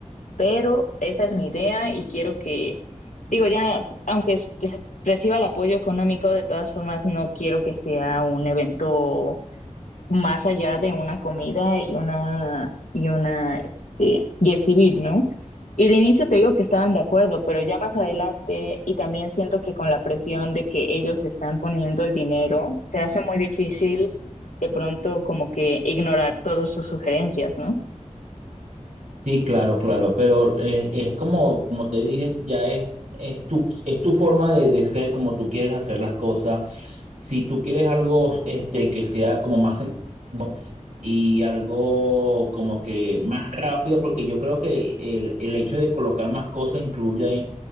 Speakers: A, on the left; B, on the right.
A: pero esta es mi idea y quiero que, digo, ya, aunque reciba el apoyo económico, de todas formas no quiero que sea un evento más allá de una comida y una y una este y exhibir, ¿no? Y de inicio te digo que estaban de acuerdo, pero ya más adelante y también siento que con la presión de que ellos están poniendo el dinero, se hace muy difícil de pronto como que ignorar todas sus sugerencias, ¿no?
B: Sí, claro, claro, pero eh, es como, como te dije, ya es, es tu, es tu forma de, de ser, como tú quieres hacer las cosas. Si tú quieres algo este, que sea como más sencillo y algo como que más rápido, porque yo creo que el, el hecho de colocar más cosas incluye,